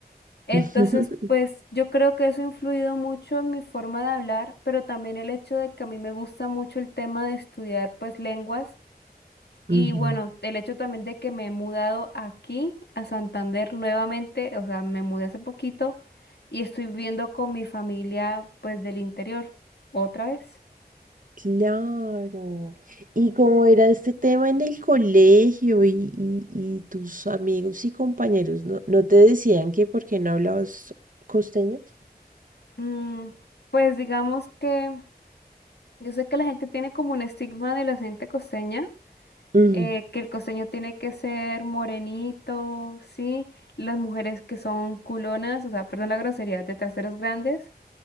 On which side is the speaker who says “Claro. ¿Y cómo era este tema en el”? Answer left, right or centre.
Right